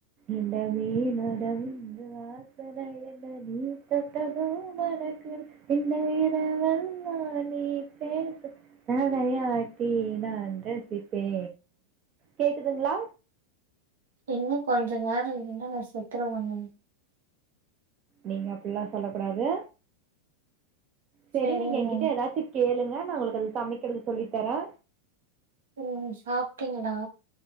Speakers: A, on the right; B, on the right.
A: இந்த மீன் அடங்கு வாசன என்ன நீ தொட்டது மணக்குது இந்த இரவெல்லா ‌நீ பேச தலை ஆட்டி நா ரசிப்பே கேக்குதுங்களா
B: இன்னு கொஞ்ச நேர இருந்தா நா செத்துறவண்ண
A: நீங்க அப்பல்லா சொல்லக்கூடாது சேரி
B: சரிங்க
A: நீங்க என்கிட்ட ஏதாச்சு கேளுங்க நா உங்களுக்கு அது சமைக்கிறது சொல்லி தரே
B: ம் சாப்ட்டீங்களா